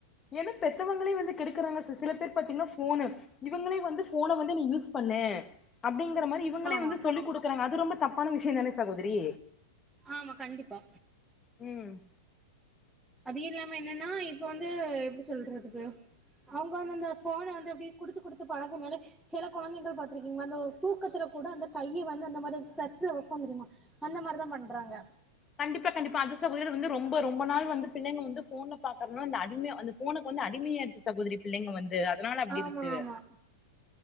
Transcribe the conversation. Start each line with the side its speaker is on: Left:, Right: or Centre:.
Left: ஏனா பெத்தவங்களே வந்து கெடுக்குறாங்க சிஸ் சில பேர் பாத்தீங்னா ஃபோனு இவங்களே வந்து ஃபோன வந்து நீ யூஸ் பண்ணு அப்டிங்கற மாரி இவங்களே
Centre: ஆமா
Left: வந்து சொல்லி குடு க்குறாங்க அது ரொம்ப தப்பான விஷ்யந்தானே சகோதரி
Centre: ஆமா கண்டிப்பா
Left: ம்
Centre: அதையு இல்லாம என்னன்னா இப்ப வந்து எப்டி சொல்றதுக்கு அவ்ங்க வந்து அந்த ஃபோன வந்து அப்டி குடுத்து குடுத்து பழகனாலே செல கொழந்தைகள் பாத்துருக்கீங்ளா அந்த தூக்கத்துல கூட அந்த கைய வந்து அந்த மாரி தச்சுல வப்பாங்க தெரிமா அந்த மாரிதா பண்றாங்க
Left: கண்டிப்பா கண்டிப்பா அது சகோதரி வந்து ரொம்ப ரொம்ப நாள் வந்து பிள்ளைங்க வந்து ஃபோன பாக்குறனா இந்த அடிமையா வந்து ஃபோனுக்கு வந்து அடிமையாயிருச்சு சகோதரி பிள்ளைங்க வந்து அதனால அப்டி
Centre: ஆமா
Left: இருக்கு
Centre: ஆமா